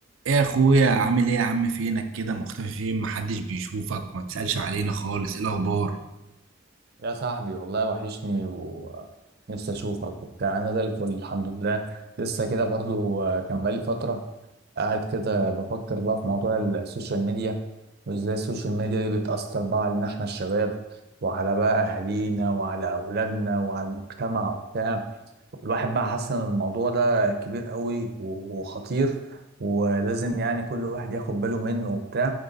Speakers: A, on the right; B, on the right.
A: ايه يا اخويا عامل ايه يا عم فينك كده مختفي فين محدش بيشوفك ما تسألش علينا خالص ايه الاخبار
B: يا صاحبي والله وحشني ونفسي اشوفك وبتاع انا زي الفل الحمد لله لسه كده برضو آه، كان بقالي فتره قاعد كده بفكر بقى في موضوع السوشيال ميديا وازاي السوشيال ميديا دي بتاثر بقى علينا احنا الشباب وعلى بقى اهالينا وعلى اولادنا وعلى المجتمع وبتاع الواحد بقى حاسس ان الموضوع ده كبير قوي وخطير ولازم يعني كل واحد ياخد باله منه وبتاع